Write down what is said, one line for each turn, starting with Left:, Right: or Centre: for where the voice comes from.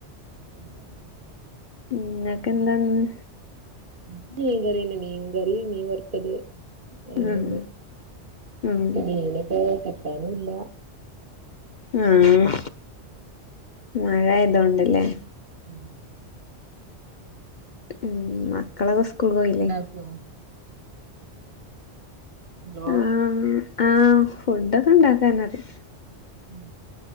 Right: <inaudible>
Left: ഇങ്ങക്കെന്താന്ന്
Right: ഇന്ന് മീൻ കറിയൊണ്ട്. മീൻ കറി മീൻ വറത്തത്. ആഹ് അത്
Left: ഉം
Right: തന്നെ.
Left: ഉം
Right: മീനൊക്കെ കിട്ടാനും ഇല്ല
Left: ആഹ് മഴ ആയതോണ്ടല്ലേ
Right: അല്ലാതെ വരുന്ന <inaudible> ആഹ്
Left: ഉം മക്കളൊക്കെ സ്കൂള് പോയില്ലേ?
Right: <unintelligible> ഹലോ
Left: ആഹ് ആഹ് ഫുഡൊക്കെ ഇണ്ടാക്കാനറിയാ
Right: ഉം